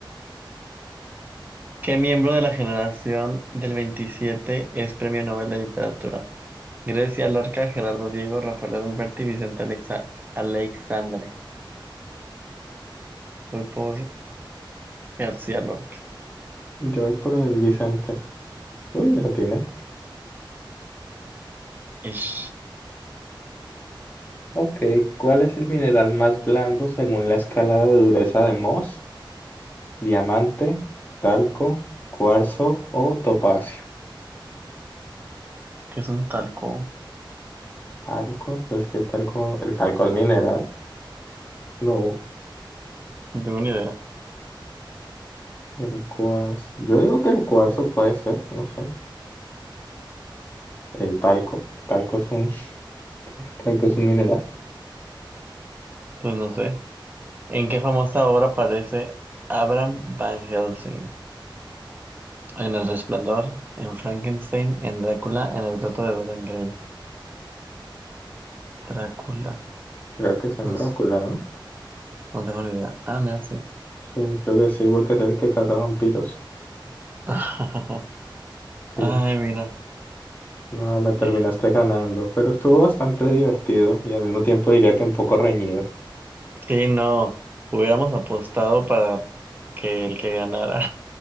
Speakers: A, on the right (about 20°); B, on the left (about 20°).
A: ¿Qué miembro de la generación del 27 es Premio Nobel de Literatura? Grecia Lorca, Gerardo Diego, Rafael Alberti, Vicente Alexa Alexandre. Voy por García Lorca.
B: Yo voy por el Vicente. Uy, ya tiene.
A: Ish,
B: Ok, ¿cuál es el mineral más blando según la escala de dureza de Mohs? ¿Diamante, talco, cuarzo o topacio?
A: ¿qué es un talco?
B: Talco, pues que el talco, el talco es mineral. No,
A: No tengo ni idea.
B: el cuarzo. Yo digo que el cuarzo puede ser, no sé. El talco. El talco es un, <laughs> el talco
A: Ujú.
B: es un mineral.
A: Pues no sé. ¿En qué famosa obra aparece Abraham Van Helsing? En El Resplandor, en Frankenstein, en Drácula, en El retrato de Dorian Gray. Drácula.
B: Creo que es en
A: No,
B: Drácula,
A: s-
B: ¿no?
A: no tengo ni idea. Ah, mira, sí.
B: Sí, creo que sí, porque es el que caza vampiros.
A: <laughs>
B: Sí.
A: Ay, mira.
B: No, me terminaste
A: Eh,
B: ganando, pero estuvo bastante divertido y al mismo tiempo diría que un poco reñido.
A: Sí, no. Hubiéramos apostado para que el que ganara